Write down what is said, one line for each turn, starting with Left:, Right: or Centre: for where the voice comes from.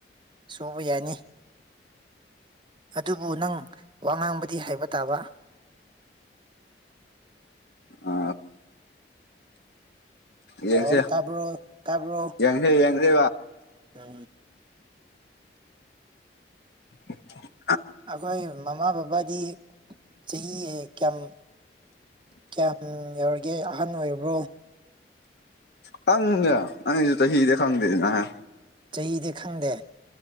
Right: ꯇꯧꯕ ꯌꯥꯅꯤ ꯑꯗꯨꯕꯨ ꯅꯪ ꯋꯥ ꯉꯥꯡꯕꯗꯤ ꯍꯥꯏꯕ ꯇꯥꯕ ꯗꯗ
Left: ꯑ
Right: ꯍꯜꯂꯣ
Left: ꯌꯦꯡꯁꯦ
Right: ꯇꯥꯕ꯭ꯔꯣ ꯇꯥꯕ꯭ꯔꯣ
Left: ꯌꯦꯡꯁꯦ ꯌꯦꯡꯁꯦ
Right: ꯎꯝ
Left: <unintelligible>
Right: ꯑꯩꯈꯣꯏ ꯃꯃꯥ ꯕꯕꯥꯗꯤ ꯆꯍꯤ ꯀꯌꯥꯝ ꯀꯌꯥꯝ ꯌꯥꯎꯔꯤꯒꯦ ꯑꯍꯟ ꯑꯣꯏꯔꯤꯕ꯭ꯔꯣ
Left: ꯈꯪꯗ ꯑꯉꯁꯨ ꯍꯗꯦ ꯈꯪꯗꯅꯦ
Right: ꯆꯍꯤꯗꯤ ꯈꯪꯗꯦ